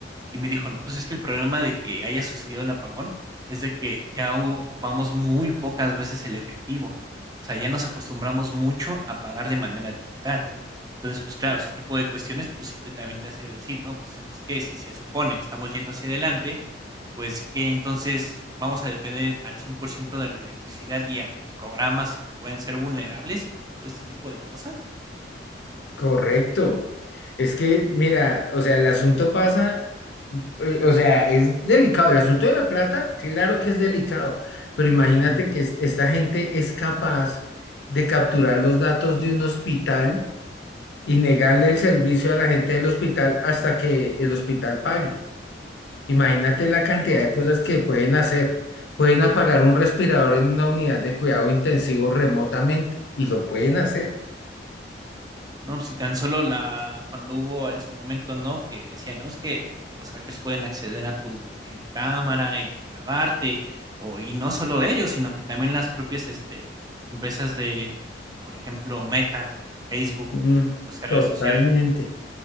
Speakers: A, on the right (about 20°); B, on the left (about 65°).
A: Y me dijo, no, pues es que el problema de que haya sucedido el apagón es de que ya ocupamos muy pocas veces el efectivo. O sea, ya nos acostumbramos mucho a pagar de manera digital. Entonces, pues claro, ese tipo de cuestiones, pues sí te, también te hace decir, ¿no? Pues es que si se supone estamos yendo hacia adelante, pues que entonces vamos a depender al 100% de la electricidad y a programas que pueden ser vulnerables para todo este tipo de cosas.
B: Correcto. Es que, mira, o sea, el asunto pasa, eh, o sea, es delicado. El asunto de la plata, claro que es delicado, pero imagínate
A: Ujú.
B: que es- esta gente es capaz de capturar los datos de un hospital y negarle el servicio a la gente del hospital hasta que el hospital pague. Imagínate la cantidad
A: No.
B: de cosas que pueden hacer. Pueden apagar un respirador en una unidad de cuidado intensivo remotamente y lo pueden hacer.
A: No, si tan solo la cuando hubo en su momento, ¿no? Que decían, no, es que los hackers pueden acceder a tu videocámara y grabarte, o, y no solo ellos, sino que también las propias este, empresas de, por ejemplo, Meta, con Facebook
B: Mm,
A: y otras redes
B: totalmente.
A: sociales,